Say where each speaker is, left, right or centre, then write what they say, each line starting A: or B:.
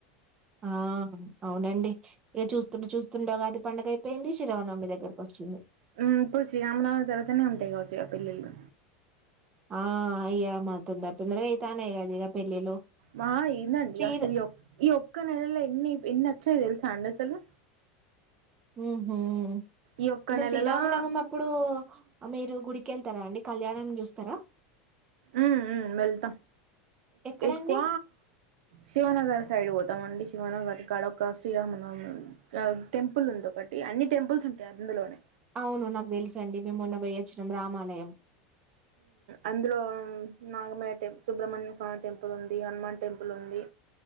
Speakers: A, on the right (about 20°); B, on the right (about 80°).
A: ఆహ్ అవునండి ఇక చూస్తుంటే చూస్తుండేగా ఉదగి పండుగ అయిపోయింది ఇగ శ్రీరామనవమి దగ్గరకొచ్చింది
B: ఆహ్ ఇప్పుడు శ్రీరామనవమి తరవాతనే ఉంటాయి కావచ్చు ఇగ పెళ్ల్ళిలు
A: ఆహ్ అయ్యా మరి తొందర తొందరగానే అయితన్నాయ్ కదా పెళ్ళిళ్ళు
B: మా ఏందండి
A: శ్రీర
B: అసలు ఈ ఈ ఒక్క నెల ల ఎన్ని ఎన్నోచినై తెల్సాఅండి అసలు
A: ఆమ్ ఆహ్
B: ఈ ఒక్క
A: అంటే
B: నెలలా
A: శ్రీరామనవమి అప్పుడు మీరు గుడికెళ్తారా అండి కళ్యాణం చూస్తారా
B: ఆమ్ ఆమ్ వెళ్తాం
A: ఎక్కడండి
B: ఎక్కువ శివనగర సైడ్ పోతమండి శివనగర్ కాడొక శ్రీరామనవమి ఆ టెంపుల్ ఉంది ఒకటి అన్ని టెంపుల్స్ ఉంటాయి అందులోనే
A: అవును నాకు తెలుసండి మేమోన్న పోయొచ్చినం రామాలయం
B: అందులో నాగమయ టె సుబ్రహ్మణ్య స్వామి టెంపుల్ ఉంది హనుమాన్ టెంపుల్ ఉంది